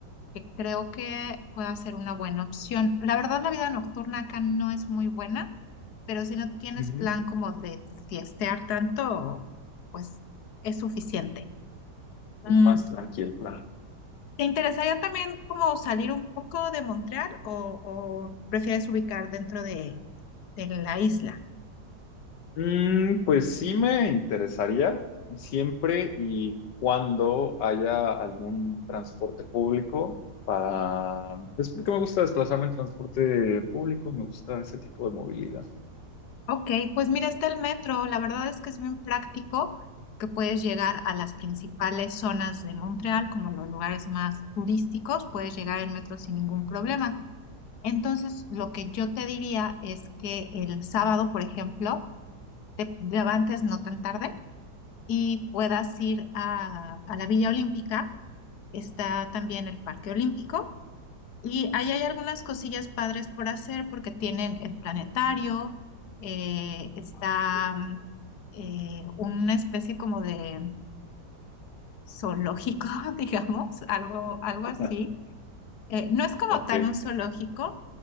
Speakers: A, on the left (about 70°); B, on the left (about 80°).
A: que creo que puede ser una buena opción. La verdad, la vida nocturna acá no es muy buena, pero si no tienes
B: Ujú.
A: plan como de fiestear tanto, pues es suficiente.
B: Es
A: Mm,
B: más tranquilo el plan.
A: ¿Te interesaría también como salir un poco de Montreal o, o prefieres ubicar dentro de, de la isla?
B: Mm, pues sí me interesaría, siempre y cuando haya algún transporte público para... Es porque me gusta desplazarme en transporte público, me gusta ese tipo de movilidad.
A: Ok, pues mira, está el metro. La verdad es que es bien práctico que puedes llegar a las principales zonas de Montreal, como los lugares más turísticos, puedes llegar en metro sin ningún problema. Entonces, lo que yo te diría es que el sábado, por ejemplo, te levantes no tan tarde y puedas ir a, a la Villa Olímpica. Está también el Parque Olímpico Y ahí hay algunas cosillas padres por hacer porque tienen el planetario, eh, está
B: <laughs>
A: mm, eh, una especie como de zoológico, <laughs> digamos, algo, algo
B: Ajá.
A: así. Eh, no es como
B: Ok.
A: tal un zoológico,